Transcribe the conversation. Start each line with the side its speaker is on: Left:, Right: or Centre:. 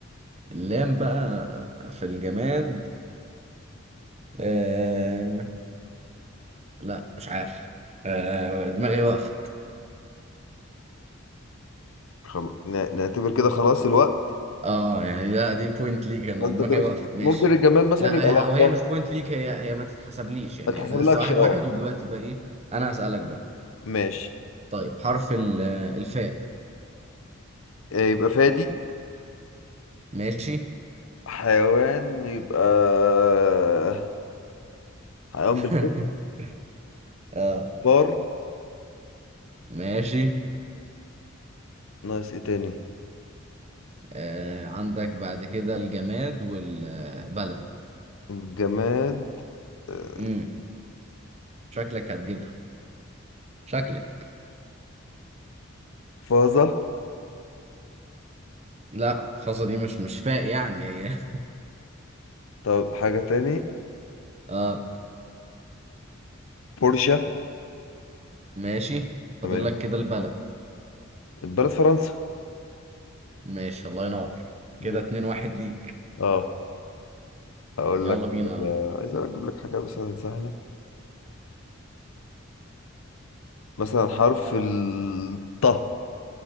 Right: اللام بقى في الجماد آه لا مش عارف آه دماغي وقفت
Left: خل... ن- نعتبر كده خلاص الوقت
Right: اه يعني لا دي بوينت ليك انا
Left: انت
Right: دماغي
Left: كده
Right: وقفت
Left: خ-
Right: ماشي
Left: ممكن الجماد مثلا
Right: لا
Left: يبقى لمبة
Right: هي- او هي مش بوينت ليك هي هي ما تتحسبليش يعني
Left: ما تحسبلكش
Right: احنا لسه واحد
Left: اه
Right: واحد ودلوقتي بقى ايه انا هسألك بقى
Left: ماشي
Right: طيب حرف ال- الفاء
Left: آه، يبقى فادي
Right: ماشي
Left: حيوان يبقى آه، حيوان
Right: <laughs>
Left: بالفعل
Right: اه
Left: فار
Right: ماشي
Left: ناقص ايه تاني
Right: آه عندك بعد كده الجماد والبلد
Left: جماد آه،
Right: امم شكلك هتجيبها شكلك
Left: فازة
Right: لا الفاصة دي مش مش فاء يعني هي
Left: طب حاجة تاني
Right: <laughs> اه
Left: بورشة
Right: ماشي فاضل
Left: تمام
Right: لك كده البلد
Left: البلد فرنسا
Right: ماشي الله ينور
Left: زي
Right: كده
Left: الفل.
Right: اتنين واحد ليك
Left: اه اقول
Right: يلا
Left: لك حاجة
Right: بينا
Left: عايز اجيب لك حاجة مثلا سهلة مثلا حرف الط